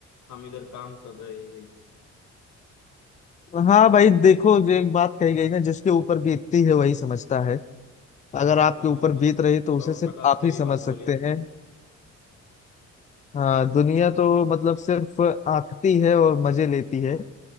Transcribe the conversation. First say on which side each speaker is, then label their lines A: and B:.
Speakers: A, on the left (about 75°); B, on the left (about 25°).
A: हम इधर काम कर रहे हैं
B: हाँ भाई देखो जो एक बात कही गई ना जिसके ऊपर बीतती है वही समझता है अगर आपके
A: हाँ
B: ऊपर
A: वो तो सौ
B: बीत रही तो उसे सिर्फ
A: टका
B: आप
A: सही
B: ही समझ
A: बात बोली
B: सकते
A: आपने
B: हैं हाँ दुनिया तो मतलब सिर्फ आंकती है और मजे लेती है